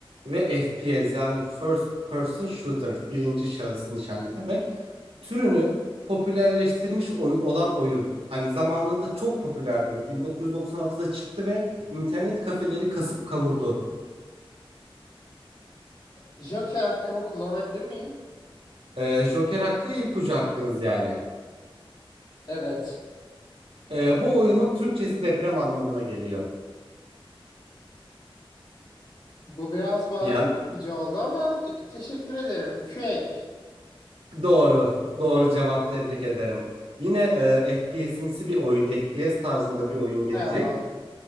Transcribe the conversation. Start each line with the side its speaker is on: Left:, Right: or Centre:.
Right: ve FPS yani First Person Shooter birinci şahıs nişancı demek türünü popülerleştirmiş oy- olan oyun. Hani zamanında çok popülerdi bu. 1996'da çıktı ve internet kafeleri kasıp kavurdu.
Left: Joker hakkımı kullanabilir miyim?
Right: Ee, Joker hakkı ipucu hakkınız yani.
Left: Evet.
Right: Ee, bu oyunun Türkçesi deprem anlamına geliyor.
Left: Bu biraz bariz
Right: Yani
Left: yapıcı oldu ama teşekkür ederim. Quake.
Right: doğru, doğru cevap tebrik ederim. Yine e, FPS'imsi bir oyun, FPS tarzında bir oyun gelecek.
Left: Hay Allah.